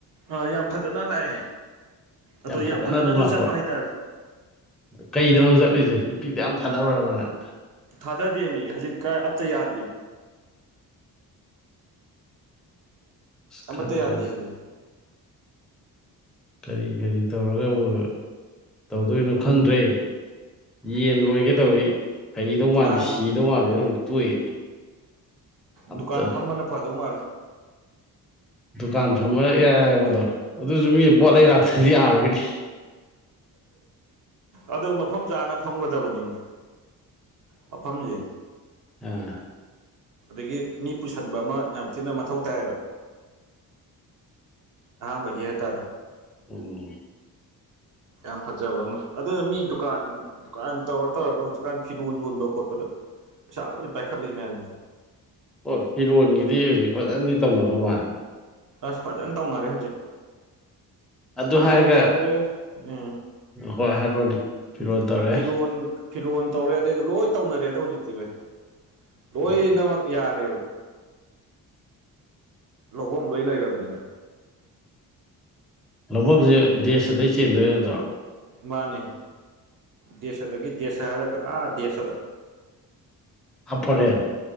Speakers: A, on the right (about 50°); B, in the centre.
A: ꯑꯥ ꯌꯥꯝ ꯐꯖꯅ ꯂꯥꯛꯑꯦ ꯑꯗꯣ
B: ꯐꯖꯅ
A: ꯌꯥꯝ ꯐꯖꯅꯁꯨ
B: ꯑꯗꯨꯝ ꯂꯥꯛꯄ꯭ꯔꯣ
A: ꯆꯠꯄ ꯍꯥꯏꯇꯥꯔꯦ
B: ꯀꯩꯗꯅꯣ ꯆꯠꯂꯤꯁꯦ ꯅꯨꯄꯤꯗ ꯌꯥꯝ ꯊꯥꯗꯕꯔ꯭ꯕ ꯅꯪ
A: ꯊꯥꯗꯗꯦ ꯃꯤ ꯍꯧꯖꯤꯛ ꯀꯥꯏ ꯑꯝꯇ ꯌꯥꯗꯦꯃꯤ
B: ꯑꯁ
A: ꯑꯃꯇ
B: ꯈꯪꯗ꯭ꯔꯦꯗ
A: ꯌꯥꯗꯦ ꯍꯥꯏꯗꯨꯅꯤ
B: ꯀꯔꯤ ꯀꯔꯤ ꯇꯧꯔꯒꯕꯨ ꯇꯧꯗꯣꯏꯅꯣ ꯈꯪꯗ꯭ꯔꯦ ꯌꯦꯟ ꯂꯣꯏꯒꯦꯇꯧꯏ ꯍꯩꯗꯧ
A: ꯗꯨꯀꯥꯟ
B: ꯃꯥꯟꯗꯦ ꯁꯤꯗꯧ ꯃꯥꯥꯟꯂꯤ ꯑꯃꯨꯛ ꯇꯣꯛꯏ ꯑꯝꯇ
A: ꯗꯨꯀꯥꯟ ꯐꯝꯕꯅ ꯐꯗꯧ ꯃꯥꯜꯂꯦ
B: ꯗꯨꯀꯥꯟ ꯐꯝꯃ ꯏꯔꯥꯏ ꯂꯥꯏꯕꯗꯣ ꯑꯗꯨꯁꯨ ꯃꯤ ꯄꯣꯠꯂꯩ ꯂꯥꯛꯇ꯭ꯔꯗꯤ ꯌꯥꯔꯣꯏꯅꯦ
A: ꯑꯗꯨ ꯃꯐꯝ ꯆꯥꯅ ꯐꯪꯒꯗꯕꯅꯤꯅꯦ ꯃꯥꯐꯝꯁꯤ
B: ꯑꯥ
A: ꯑꯗꯒꯤ ꯃꯤ ꯄꯨꯁꯤꯟꯕ ꯑꯃ ꯌꯥꯝ ꯊꯤꯅ ꯃꯊꯧ ꯇꯥꯏꯌꯦꯕ ꯑꯍꯥꯟꯕꯒꯤ ꯍꯥꯏꯇꯥꯔꯦ
B: ꯎꯝ
A: ꯌꯥꯝ ꯐꯖꯕ ꯑꯃ ꯑꯗꯨꯅ ꯃꯤ ꯗꯨꯀꯥꯟ ꯗꯨꯀꯥꯟ ꯇꯧꯔ ꯇꯧꯔꯒ ꯍꯧꯖꯤꯛꯀꯥꯟ ꯐꯤꯔꯣꯟ ꯌꯣꯟꯕ ꯈꯣꯠꯄꯗ ꯄꯩꯁꯥ ꯂꯣꯏ ꯄꯥꯏꯈꯠꯂꯤ ꯃꯌꯥꯝꯁꯦ
B: ꯍꯣꯏ ꯐꯤꯔꯣꯟꯒꯤꯗꯤ ꯍꯧꯖꯤꯛ ꯐꯖꯅꯗꯤ ꯇꯧꯅꯕ ꯃꯥꯜꯂꯦ
A: ꯑꯁ ꯐꯖꯅ ꯇꯧꯅꯔꯦ ꯍꯧꯖꯤꯛ
B: ꯑꯗꯨ
A: ꯐꯤꯔꯣꯜ
B: ꯍꯥꯏꯔꯒ
A: ꯇꯧꯔꯦ ꯎꯝ
B: ꯍꯣꯏ ꯍꯥꯏꯔꯣꯅꯦ ꯐꯤꯔꯣꯟ ꯇꯧꯔꯦ
A: ꯐꯤꯔꯣꯟ ꯐꯤꯔꯣꯟ ꯇꯧꯔꯦ ꯑꯗꯩꯗꯤ ꯂꯣꯏ ꯇꯧꯅꯔꯦ ꯍꯧꯖꯤꯛꯇꯤ ꯕꯥꯢ ꯂꯣꯏꯅꯃꯛ
B: ꯎꯝ
A: ꯌꯥꯔꯦꯕ ꯂꯧꯕꯝ ꯂꯣꯏ ꯂꯩꯔꯕꯅꯤꯅ
B: ꯂꯧꯐꯝꯁꯦ ꯗꯦꯁ ꯁꯤꯗꯩ ꯆꯦꯟꯗꯣꯏ ꯅꯠꯇꯔꯣ
A: ꯃꯥꯅꯦ ꯗꯦꯁꯗꯒꯤ ꯗꯦꯁ ꯍꯥꯏꯔꯒ ꯑꯥ ꯗꯦꯁꯗ
B: ꯑꯥꯏꯁ ꯐꯣꯔꯦꯟ